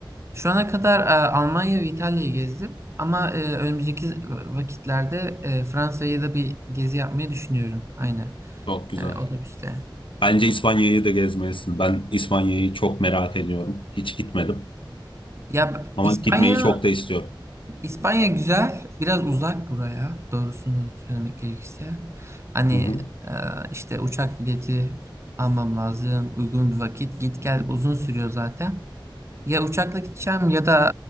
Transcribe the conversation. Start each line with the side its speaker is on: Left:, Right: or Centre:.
Right: Şu ana kadar e, Almanya ve İtalya'yı gezdim. Ama e, önümüzdeki vakitlerde e, Fransa'ya da bir gezi yapmayı düşünüyorum. Aynen.
Left: Çok güzel.
Right: Yani otobüsle.
Left: Bence İspanya'yı da gezmelisin. Ben İspanya'yı çok merak ediyorum. Hiç gitmedim.
Right: Ya
Left: Ama
Right: İspanya
Left: gitmeyi çok da istiyorum.
Right: İspanya güzel, biraz uzak buraya doğrusunu söylemek gerekirse. Hani
Left: Hı hı.
Right: e, işte uçak bileti almam lazım, uygun bir vakit, git gel uzun sürüyor zaten. Ya uçakla gideceğim ya da